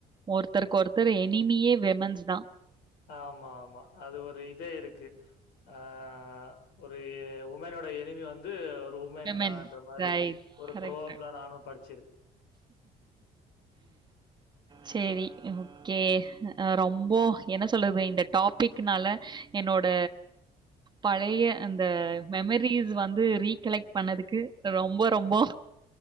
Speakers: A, on the right; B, on the left.
A: ஒருத்தருக் கொருத்தவே னிமியே விமன்ஸ் தா
B: ஆமா ஆமா அது ஒரு இதே இருக்கு ஆஹ ஒரு உமனோ ப்ப எனிமி வந்து உமென்தான்றமாரி
A: விமன். ரைட்.
B: ஒரு
A: கரெக்ட்டு.
B: ப்ரோஅப்ல நானு படி
A: சேரி ஓகே ரொம்போ என சொல்றது இந்த டாப்பிக்னால என்னோட பழைய அந்த மெமரிஸ் வந்து ரீகலெக்ட் பண்ணதுக்கு ரொம்போ ரொம்போ